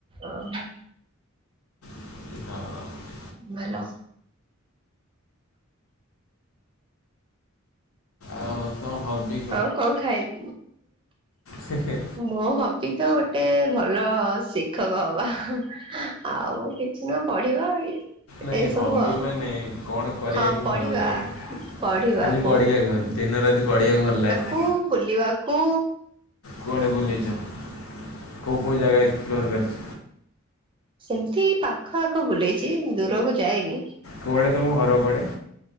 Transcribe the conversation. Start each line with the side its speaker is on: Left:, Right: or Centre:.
Right: ଓହୋ।
Left: ହଁ।
Right: ଭଲ।
Left: ଆଉ ତମ ହବି
Right: ଆଉ କଣ ଖାଇ?
Left: ସେଖ
Right: ମୋ ହବି ତ ଗୋଟେ ଭଲ ଶିକ ଶିକ୍ଷକ ହବା ଆଉ କିଛି ନୁହେଁ ପଢିବା।
Left: ନାଇଁ
Right: ଏସବୁ
Left: ହବି
Right: ଆଉ
Left: ମାନେ କଣ କରିବାକୁ
Right: ହଁ ପଢିବା
Left: ଭଲ ଲାଗେ
Right: ପଢିବାକୁ
Left: ଖାଲି ପଢିବାକୁ ଦିନ ରାତି ପଢିବାକୁ ଭଲ ଲାଗେ।
Right: କୁ ବୁଲିବାକୁ
Left: କୁଆଡ଼େ ବୁଲଲେଛ କେଉଁ କେଉ ଜାଗା ଏକ୍ସପ୍ଲୋର କରଛ?
Right: ସେମତି ପାଖ ଆଖ ବୁଲେଇଛି ଦୂରକୁ ଯାଇନି।
Left: କୁଆଡ଼େ ତମ ଘର ପଡ଼େ?